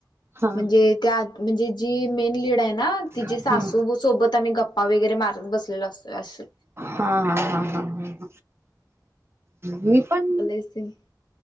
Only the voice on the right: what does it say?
हा हा
हा
हा हा हा ह मी पण